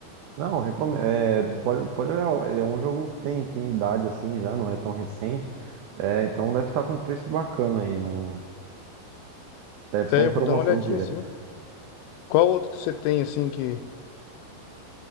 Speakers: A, on the right; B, on the left.
A: Não, recomendo. É, pode, pode olhar, é um jogo que tem, tem idade assim já, não é tão recente. É, então deve estar com um preço bacana aí. Não, deve estar
B: É,
A: em
B: eu
A: promoção
B: vou dar uma olhadinha
A: direto.
B: assim. Qual outro que você tem assim que